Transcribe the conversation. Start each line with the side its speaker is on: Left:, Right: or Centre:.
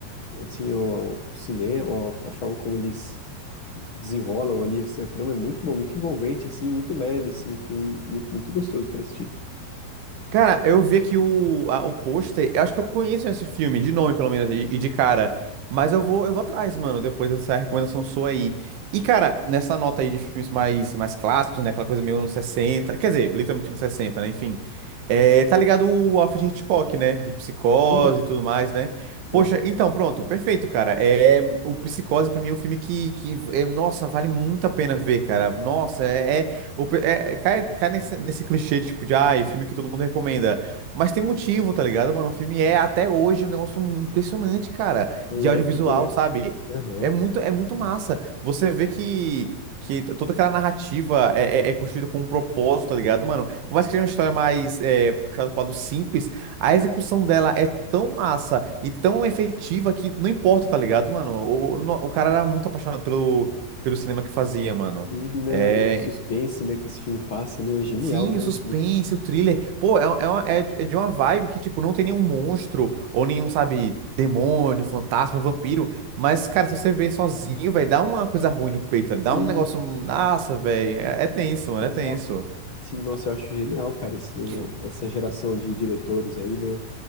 Left: assim, o, o cinema, a, a forma como eles desenrolam ali, assim, a trama é muito bom, muito envolvente, assim, muito leve, assim, um filme muito, muito gostoso para assistir.
Right: Cara, eu vi aqui o, a- o pôster. Eu acho que eu conheço esse filme, de nome pelo menos, e, e de cara. Mas eu vou, eu vou atrás, mano, depois dessa recomendação sua aí. E, cara, nessa nota aí de filmes mais, mais clássicos, né? Aquela coisa meio anos 60, Quer dizer, literalmente anos 60, né? Enfim. É, tá ligado o Alfred Hitchcock, né? De Psicose
Left: Sim.
Right: e tudo mais, né? Poxa,
Left: Nossa,
Right: então, pronto, perfeito, cara. É, o Psicose, pra mim, é um filme que, que é, nossa, vale muito a pena ver, cara. Nossa, é, é o, pe- é, é, cai, cai nesse, nesse clichê de, tipo, de, ai, filme que todo mundo recomenda. Mas tem motivo, tá ligado, mano? O filme é, até hoje, um negócio impressionante, cara,
Left: é um
Right: de audiovisual,
Left: épico, né?
Right: sabe?
Left: Aham.
Right: É muito, é muito massa. Você vê que, que t- toda aquela narrativa é, é, é construída com um propósito, tá ligado, mano? Por mais que seja uma história mais é, puxada pro lado simples, a execução dela é tão massa e tão efetiva que não importa, tá ligado, mano? O, o, o cara era muito apaixonado pelo, pelo cinema que fazia, mano.
Left: E, né,
Right: É,
Left: o suspense, né, que esse filme passa, né, é genial,
Right: Sim,
Left: né?
Right: o suspense, o thriller. Pô, é, é, uma- é de é de uma vibe que, tipo, não tem nenhum monstro, ou nenhum, sabe, demônio, fantasma, vampiro. Mas, cara, se você vê sozinho, vai dar uma coisa ruim no peito, tá? dá
Left: Sim,
Right: um negócio. Nossa, velho. É, é tenso, mano,
Left: que legal.
Right: é tenso.
Left: Sim, nossa, eu acho genial, cara, esse,
Right: Hum.
Left: essa geração de diretores aí, né?